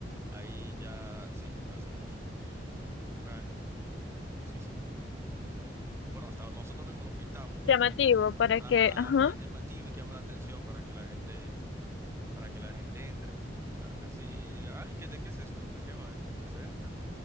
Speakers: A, on the right (about 15°); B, on the left (about 80°).
A: ahí ya, sí, hacemos un, un, un mural o un, ¿cómo se dice? Un, eh, bueno, hasta nosotros mismos lo pintamos
B: Llamativo para
A: Ajá,
B: que, ajá,
A: para llamativo y que llame la atención para que la gente, para que la gente entre. Claro que sí. Y diga, ay, ¿qué, de qué es esto? ¿De qué va esto? Entonces entran,